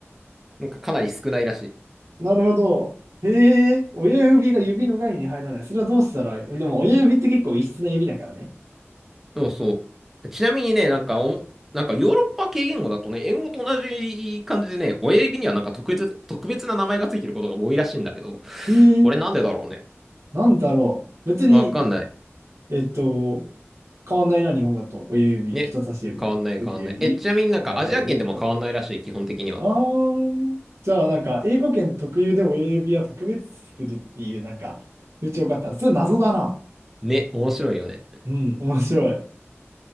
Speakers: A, in the centre; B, on the right.
A: なんかかなり少ないらしい。
B: なるほど。へえ、親指が指の概念に入らない。それはどうしたらいい、でも親指って結構異質な指だからね。
A: そうそう。ちなみにね、なんかおも、なんかヨーロッパ系言語だとね、英語と同じ感じでね、親指にはなんか特別、特別な名前がついてることが多いらしいんだけど、
B: へえ、
A: これなんでだろうね。
B: なんだろう。別に、
A: わかんない。
B: えっと、変わんないな、日本語だと。親指、
A: ね。
B: 人差し指、
A: 変わんない変わんない。
B: 薬指、
A: え、ちなみになんかアジア圏でも変わんないらしい、
B: 中指、これ。
A: 基本的には。
B: あー、じゃあなんか、英語圏特有で親指は特別するっていう、なんか、風潮があったら、それ謎だな。
A: ね、面白いよね。
B: うん、面白い。